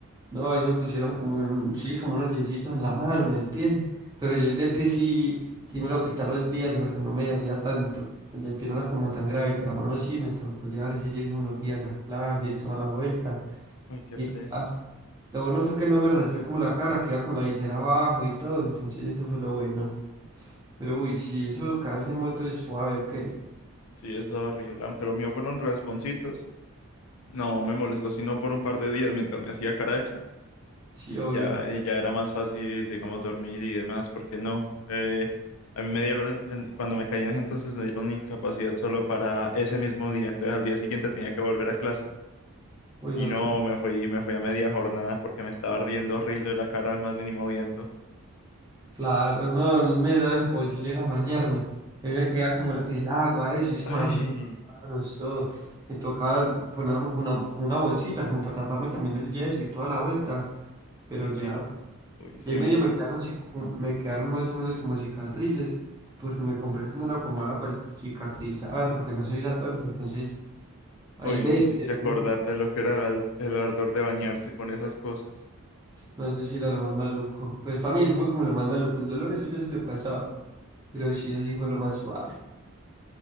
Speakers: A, on the right (about 15°); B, on the left (about 65°).
A: No, ahí me pusieron como un, sí, como unos yesitos en la mano, en el pie. Pero yo el del pie sí, sí me lo quité a los días porque no me dolía tanto. El del pie no era como tan grave. De la mano sí me tocó llevar ese yeso unos días a clase y toda la vuelta.
B: Uy, qué
A: Y
B: pereza.
A: ah, lo bueno fue que no me raspé como la cara, que iba con la visera abajo y todo. Entonces eso fue lo bueno. Pero uy, sí, eso de caerse en moto es suave, ¿o qué?
B: Sí, eso es horrible. Aunque lo mío fueron rasponcitos, no me molestó sino por un par de días mientras me hacía caracha.
A: Sí,
B: Y
A: obvio.
B: ya, y ya era más fácil, digamos, dormir y demás, porque no. Eh, a mí me dieron, en- cuando me caí en ese entonces me dieron incapacidad solo para ese mismo día. Entonces al día siguiente tenía que volver a clase.
A: Uy,
B: Y
A: no,
B: no,
A: que
B: me fui, me fui a media jornada porque me estaba ardiendo horrible la cara al más mínimo viento.
A: claro, no, a mí me era imposible era bañarme. A mí me caía como el, el agua, eso, y eso
B: Ay,
A: me Ah, No, esto me tocaba ponerme con una, con una bolsita como para taparme también el yeso y toda la vuelta, pero
B: uy,
A: ya,
B: sí, uy, sí
A: y ahí
B: me
A: medio
B: hiciste,
A: me quedaron, cic- como- me quedaron más o menos como cicatrices, porque me compré como una pomada para cicatrizar, para que no se viera tanto, entonces ahí
B: uy,
A: medio
B: me hiciste
A: se ven,
B: acordar de lo que era el, al- el ardor de bañarse con esas cosas.
A: no sé si era lo más maluco, pues para mí eso fue como lo más maluco, el dolor eso ya se le pasaba, pero sí, eso sí fue lo más suave,